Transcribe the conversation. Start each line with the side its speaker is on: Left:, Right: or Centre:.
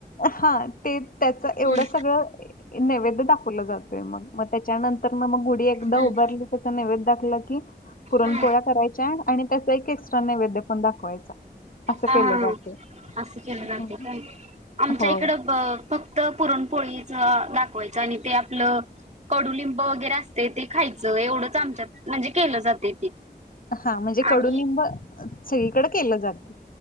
Left: हा ते त्याच एवढ
Right: हम्म
Left: सगळं नैवेद्य दाखवलं जातय मग मग त्याच्यांतर एकदा
Right: हम्म
Left: <unintelligible>
Right: हम्म
Left: नेवेद्य दाखवला कि पुरणपोळ्या
Right: हा
Left: करायच्या. आणि त्याचा एक एक्स्ट्रा नैवेद पण दाखवायचा. असं
Right: हा
Left: केलं
Right: हा
Left: जातं
Right: असं केलं
Left: हम्म.
Right: जाते का आमच्या
Left: हो
Right: इकडं फक्त पुरणपोळीच दाखवायचं आणि ते आपलं कडुलिंब वगैरे असते ते खायचं एवढंच आमच्यात म्हणजे केलं जाते ते
Left: हा म्हणजे कडुनिंब
Right: आणि
Left: सगळीकडे केलं जातं.